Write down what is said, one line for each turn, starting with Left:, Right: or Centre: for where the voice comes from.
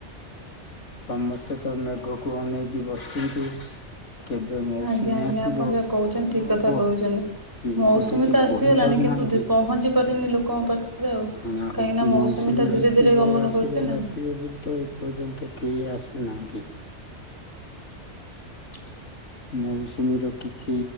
Left: ସମସ୍ତେ ତ ମେଘକୁ ଅନେଇକି ବସିଛନ୍ତି। କେବେ ମୌସୁମୀ
Right: ଆଜ୍ଞା ଆଜ୍ଞା
Left: ଆସିବ
Right: ଆପଣ ଯାହା କହୁଛନ୍ତି
Left: କଣ
Right: ଠିକ
Left: ହବ?
Right: କଥା କହୁଛନ୍ତି।
Left: କେହି
Right: ମୌସୁମୀ
Left: ତ କିଛି
Right: ଆସିଗଲାଣି
Left: କହି ପାରୁନାହାନ୍ତି
Right: କିନ୍ତୁ ପହଞ୍ଚି ପାରିନି ଲୋକଙ୍କ ପାଖରେ ଆଉ।
Left: ଶୁଣା
Right: କାହିଁକି
Left: ହଉ କି
Right: ନା
Left: ମୌସୁମୀ
Right: ଟା ଧୀରେ
Left: ଆସିବ
Right: ଧୀରେ ଗମନ
Left: ଆସିବ
Right: କରୁଛି ନା।
Left: ଆସିବ ବୋଲି ତ ଏପର୍ଯ୍ୟନ୍ତ କେହି ଆସୁନାହାନ୍ତି।
Right: <inaudible> <inaudible>
Left: ମୌସୁମୀର କିଛି